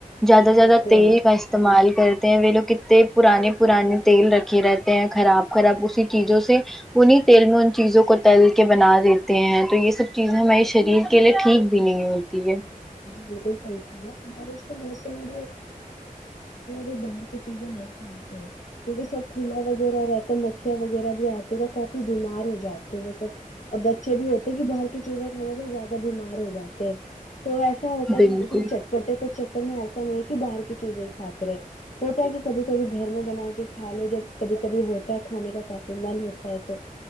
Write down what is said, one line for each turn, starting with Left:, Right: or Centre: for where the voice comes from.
Centre: زیادہ سے زیادہ
Left: بالکل
Centre: تیل کا استعمال کرتے ہیں وہ لوگ کتنے پرانے پرانے تیل رکھے رہتے ہیں خراب خراب اسی چیزوں سے انہیں تیل میں ان چیزوں کو تل کے بنا دیتے ہیں تو یہ سب چیزیں ہمارے شریر کے لیے ٹھیک بھی نہیں ہو تی ہے
Left: بالکل صحیح فرمایا بارش کے موسم میں بھی <unintelligible> باہر کی چیزیں نہی کھانی چاہیے کیونکہ سب کھلا وغیرہ رہتا تو مکھیاں وغیرہ بھی آتے ہیں کافی بیمار ہو جاتے ہیں سب اور بچے بھی ہوتے ہیں کہ باہر کی چیزیں کھانے سے زیا دہ بیمار ہو جاتے ہیں تو ایسا ہوتا
Centre: بالکل
Left: ہے کہ اس دن چ ٹ بٹے کو چکر میں ایسا نہیں ہے کہ باہر کی چیزیں ہی کھاتے رہے ہوتا ہے کبھی کبھی گھر میں بنا کے کھا لے جب کبھی کبھی ہوتا ہے کھانے کا کافی من ہوتا ہے تو